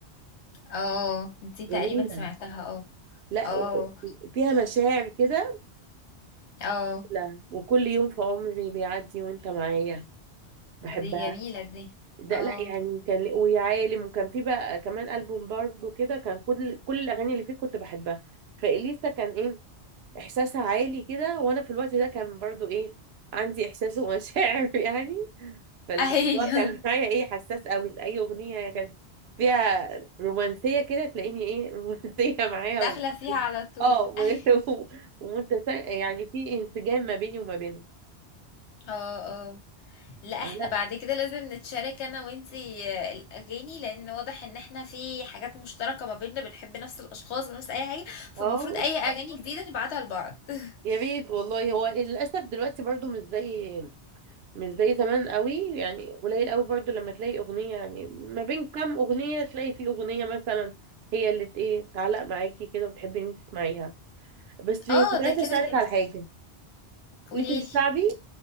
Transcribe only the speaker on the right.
جميله
لا
و- فيها مشاعر كده
لا وكل يوم في عمري بيعدي وانت معايا بحبها
ده
لا يعني كان ويا عالم وكان في بقى كمان ألبوم برضو كده كان كل كل الأغاني اللي فيه كنت بحبها فإليسا كان إيه احساسها عالي كده وانا في الوقت ده كان برضو ايه عندي احساس ومشاعر <laughs> يعني فالموضوع
كان معايا ايه حساس قوي لاي اغنيه كان فيها رومانسيه كده تلاقيني ايه <laughs> رومانسيه معايا
و...
اه و...
<laughs> و... ومتس... يعني في انسجام ما بيني وما بينها
لا
اه
يا ريت والله هو للاسف دلوقتي برضو مش زي مش زي زمان قوي يعني قليل قوي برضو لما تلاقي اغنية يعني ما بين كام اغنية تلاقي في اغنية مثلا هي اللي ت- ايه تعلق معاكي كده وتحبي ان انت تسمعيها بس كنت
عايزة
اسألك
على حاجة
ليكي في الشعبي